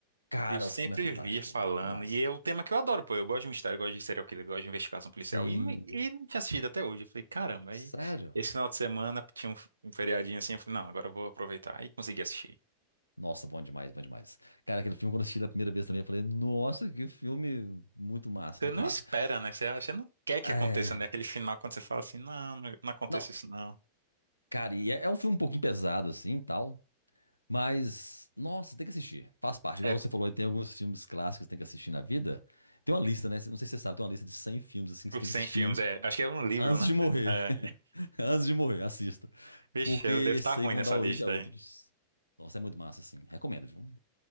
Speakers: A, on the left; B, on the right.
A: Cara,
B: Eu sempre
A: o filme é fantástico,
B: via falando,
A: velho. Massa.
B: e é o tema que eu adoro, pô. Eu gosto de mistério, eu gosto de serial killer, eu gosto de investigação policial,
A: Sim.
B: e, não- e não tinha assistido até hoje. Eu falei, caramba,
A: Sério?
B: aí esse final de semana tinha um, um feriadinho assim, eu falei, não, agora eu vou aproveitar. Aí consegui assistir.
A: Nossa, bom demais, bom demais. Cara, aquele filme, quando eu assisti da primeira vez também, eu falei, nossa, que filme muito massa,
B: Você
A: muito
B: não
A: massa.
B: espera, né? Você, acha- você não quer que
A: É.
B: aconteça, né? Aquele final quando você fala assim, não, não, não aconteça
A: Não,
B: isso, não.
A: cara, e é, é um filme um pouquinho pesado, assim, e tal. Mas, nossa, tem que assistir. Faz parte. Igual
B: É,
A: você falou, aí tem alguns filmes clássicos que tem que assistir na vida. Tem uma lista, né? Não sei se você sabe, tem uma lista de 100 filmes, assim, que
B: por
A: você tem
B: 100
A: que assistir
B: filmes, é. Acho que é um livro,
A: antes
B: né?
A: de morrer.
B: É.
A: <laughs> Antes de morrer, assista.
B: Vixe,
A: Porque
B: eu
A: esses
B: devo estar ruim
A: aí vão
B: nessa
A: dar origem
B: lista
A: a outros.
B: aí.
A: Nossa, é muito massa, assim. Recomendo, viu?